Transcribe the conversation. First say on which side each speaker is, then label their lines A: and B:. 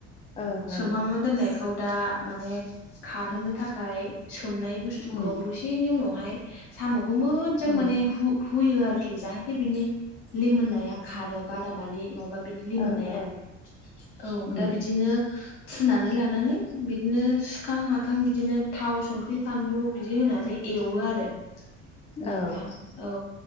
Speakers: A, on the left (about 20°); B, on the left (about 80°).
A: ओं ओं
B: सोमहामना
A: ओं
B: दोननायखौ दा माने खारहोनो थाखाय। सोमनाय बुस्थुखौ
A: उम
B: दसेनि उनावहाय साम'खौ मोजां
A: उम
B: माने हु हुयो आरोखि जाहाथे बिनि लिमोननाया खारो बादामालि नङाबा बिनि लिमोननाया
A: ओ ओ
B: औ
A: उम
B: दा बिदिनो फुनानै लानानै उम बिदिनो सुखां माखां बिदिनो थाव संख्रि फानलु बिदि होनानै एवो आरो नोंथां
A: औ
B: औ